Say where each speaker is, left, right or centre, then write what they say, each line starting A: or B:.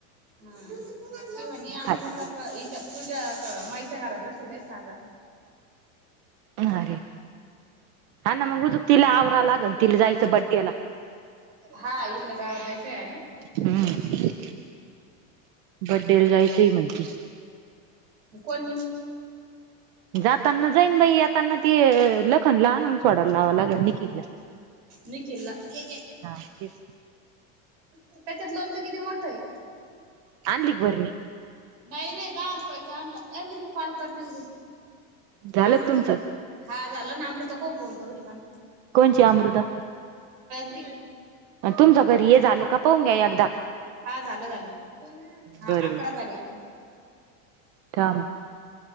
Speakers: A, on the right; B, on the right.
A: हा किव अमृता
B: खाली
A: इथ पूजा मईच्या घरात बसल सांगा.
B: अरे हा ना मग उजक तला आवरा लागल तला जायचं बड्डेला
A: हा इकड गाव जायचं आहे ना.
B: हम्म बडे लजाई सही मर्जी
A: कोणी?
B: जाताना जाईन बाई येताना तेी लखनला आणून सोडाला लावां लागल निखिल
A: नकला ह.
B: हा तेच
A: त्याच्यात लोणचं किती मोठ आहे.
B: अल्क बररी.
A: नाही नाही दहा रुपयचा आणला अ मी त काॉल करते उघून
B: झालं
A: अमृता
B: का तुमचं
A: हा झालं ना अमृता कोण फोन करू लि पण
B: कोणची अमृता
A: बी
B: तुमच घरी हे झालं का पाहून घ्या अदा
A: हा झालं झालं हा
B: बरोबर.
A: अकरा झाले.
B: काल.